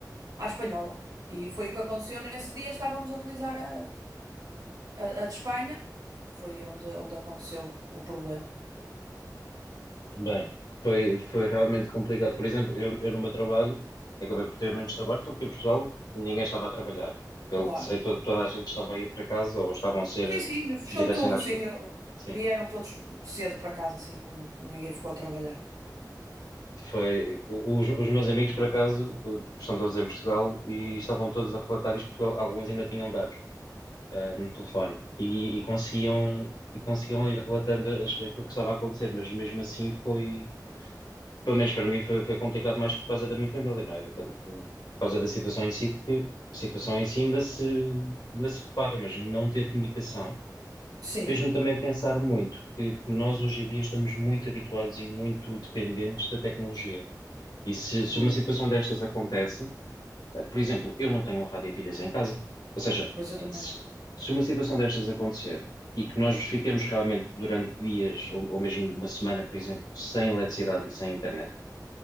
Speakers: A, on the right; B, on the left.
A: à espanhola. E foi o que aconteceu nesse dia, estávamos a utilizar a, a, a de Espanha, que foi onde, onde aconteceu o problema.
B: bem, foi, foi realmente complicado. Por exemplo, eu, eu no meu trabalho acabei por ter menos trabalho porque em Portugal ninguém estava a trabalhar. Pelo
A: Claro.
B: que sei, to- toda a gente estava a ir para casa ou estavam a ser
A: Sim, sim, fechou
B: direcionados
A: tudo, sim.
B: para
A: eu-
B: Sim,
A: Vieram todos cedo para casa, assim, não- ninguém ficou a trabalhar.
B: foi. o- Os, os meus amigos, por acaso, eh, estão todos em Portugal e estavam todos a relatar isto porque alguns ainda tinham dados eh, no telefone e, e conseguiam, e conseguiam ir relatando as- aquilo que estava a acontecer, mas mesmo assim foi, pelo menos para mim, foi, foi complicado mais por causa da minha família, não era tanto por causa da situação em si. A situação em si ainda se, ainda se repara, mas não ter comunicação
A: Sim,
B: fez-me também pensar muito que que nós hoje em dia estamos muito habituados e muito dependentes da tecnologia. E se, se
A: muito.
B: uma situação destas acontece, eh, por exemplo, eu não tenho um rádio a pilhas em casa. Ou seja,
A: Pois eu também
B: se,
A: não.
B: se uma situação destas acontecer e que nós fiquemos realmente durante dias ou, ou mesmo uma semana, por exemplo, sem eletricidade e sem internet,